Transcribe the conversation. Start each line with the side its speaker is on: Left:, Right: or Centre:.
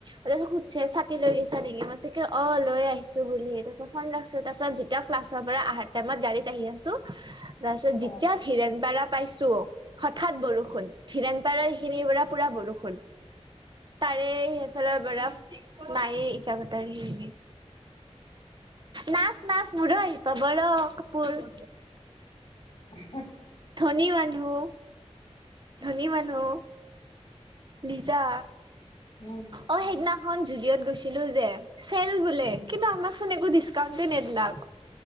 Right: তাৰে উদ চেই চাতি লৈই আহিচা নেকি মা চ কি অ লৈ আহিছো বুলিহে তাৰপিছত ফন ৰাখিছে তাৰ পিছত- তেতিয়া ক্লাছৰ পৰা অহাৰ টাইমত গাড়ীত আহি আছো তাৰ পিছত
Left: অ
Right: যেতিয়া ধীৰেণ পাৰা- পাইছো হঠাত বৰষুণ ধিৰেণ পাৰাৰ এইখিনিৰ পৰা পুৰা বৰষুণ। তাৰে সেইফালৰ বৰা নায়ে ইটা ভটাৰ সেইখিনি। নাচ নাচ মোৰো আহি পাব ৰ কাপোৰ -
Left: উহো-
Right: ধনী মানুহ। ধুনী মানুহ। লিজা।
Left: উমঁ।
Right: অঁ সেইদিনাখন জুডিঅ'ত গৈছিলো যে, - চেল বোলে
Left: উম
Right: কিন্তু আমাক চোন একো ডিচকাউণ্ট নিদিলে আক-